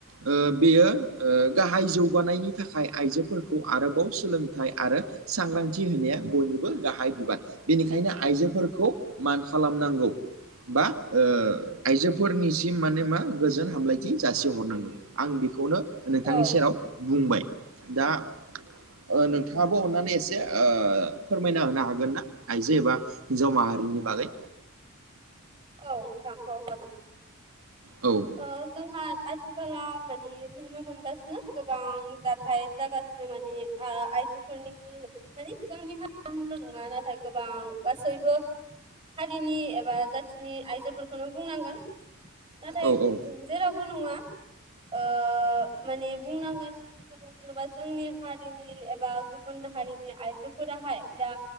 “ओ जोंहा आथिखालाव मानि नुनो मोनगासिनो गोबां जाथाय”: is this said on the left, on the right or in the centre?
Right